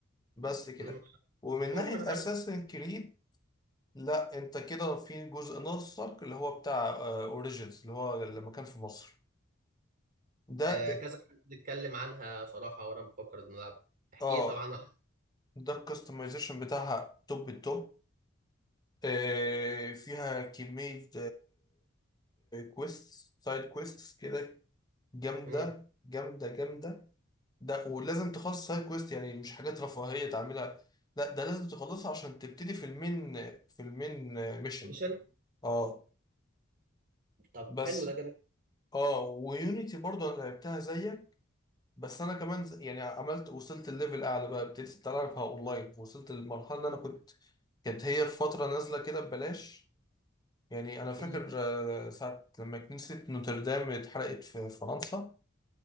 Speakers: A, on the left; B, on the right.
A: بس كده
B: امم
A: ومن
B: أمم،
A: ناحيه
B: انا عامل
A: اساسن كريد لا انت كده في جزء ناقصك اللي هو بتاع اوريجينز اللي هو لما كان في مصر ده
B: آه، كذا حد اتكلم عنها صراحه وانا بفكر ان أنا العب احكي
A: اه
B: لي طبعا
A: ده الكستمايزيشن بتاعها توب التوب آه، فيها كمية كويست سايد كويستس كده جامدة
B: امم
A: جامدة جامدة ده ولازم تخلص سايد كويست يعني مش حاجات رفاهية تعملها لا ده لازم تخلصها عشان تبتدي في المين في المين ميشن
B: ميشن
A: اه
B: طب
A: بس
B: حلو ده جميل
A: اه ويونيتي برضو انا لعبتها زيك بس انا كمان ز- يعني عملت وصلت الليفل اعلى بقى ابتديت العبها اونلاين وصلت للمرحلة اللي انا كنت كانت هي في فترة نازلة كده ببلاش يعني انا فاكر
B: أمم،
A: آه، ساعه لما كنيسه نوتردام اتحرقت في فرنسا